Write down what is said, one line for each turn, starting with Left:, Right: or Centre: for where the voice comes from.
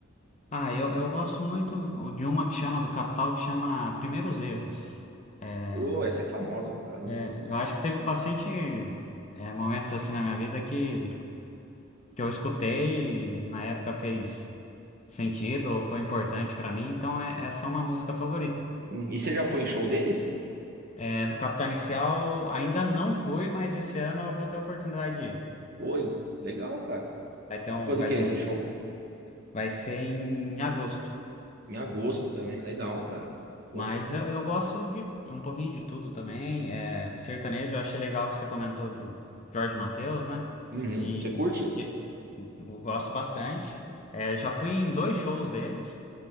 Left: Ah, eu, eu gosto muito de uma que chama do Capital, que chama Primeiros Erros. É,
Right: Ô, essa é famosa pra caramba.
Left: é, eu acho que teve bastante é, momentos assim na minha vida que, que eu escutei e na época fez sentido ou foi importante pra mim, então é, essa é uma música favorita.
Right: Hum, E você já foi em show deles?
Left: É, do Capital Inicial ainda não fui, mas esse ano eu vou ter a oportunidade de ir.
Right: Oi, legal, cara.
Left: Vai ter um,
Right: Quando
Left: vai
Right: que
Left: ter
Right: é
Left: um
Right: esse
Left: show.
Right: show?
Left: Vai ser em agosto.
Right: Em agosto também, legal, cara. Pô.
Left: Mas eu, eu gosto de um pouquinho de tudo também. É, sertanejo, eu achei legal que você comentou do Jorge Mateus, né?
Right: Uhum,
Left: E,
Right: você curte?
Left: e- eu gosto bastante. É, já fui em dois shows deles.